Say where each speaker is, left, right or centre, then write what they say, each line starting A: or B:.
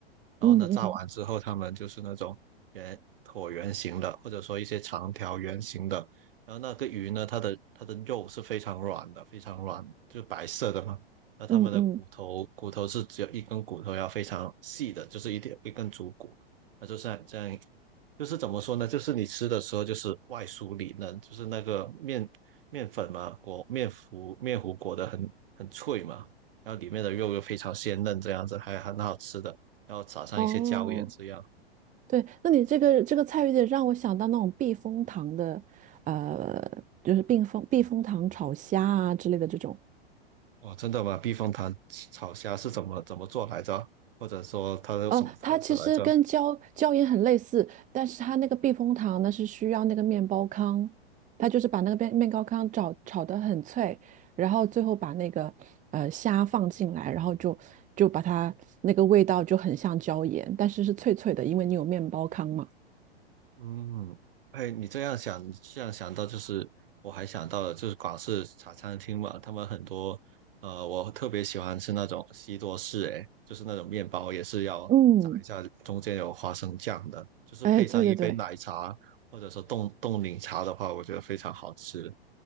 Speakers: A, on the right; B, on the right.
A: 然后呢，
B: 嗯嗯
A: 炸完之后，他们就是那种圆椭圆形的，或者说一些长条圆形的，然后那个鱼呢，它的它的肉是非常软的，非常软，就是白色的嘛。那它们的骨头骨头是只有一根骨头，
B: 嗯嗯，
A: 要非常细的，就是一点一根足骨，那就是这样，就是怎么说呢？就是你吃的时候就是外酥里嫩，就是那个面面粉嘛，裹面糊面糊裹得很很脆嘛，然后里面的肉又非常鲜嫩，这样子还很好吃的，然后撒上一些椒盐这样。
B: 哦。对，那你这个这个菜有点让我想到那种避风塘的，呃，就是避风避风塘炒虾啊之类的这种。
A: 哇，真的吗？避风塘炒虾是怎么怎么做来着？或者说它有什么特色来着？
B: 哦，它其实跟椒椒盐很类似，但是它那个避风塘呢是需要那个面包糠，它就是把那个面面包糠炒炒得很脆，然后最后把那个呃虾放进来，然后就就把它那个味道就很像椒盐，但是是脆脆的，因为你有面包糠嘛。
A: 嗯，哎，你这样想，这样想到就是，我还想到了，就是广式茶餐厅嘛，他们很多，呃，我特别喜欢吃那种西多士，哎，就是那种面包也是要炸一下，
B: 嗯，
A: 中间有花生酱的，就是配上一杯奶茶或者说冻冻柠茶的话，
B: 哎，对对对，
A: 我觉得非常好吃。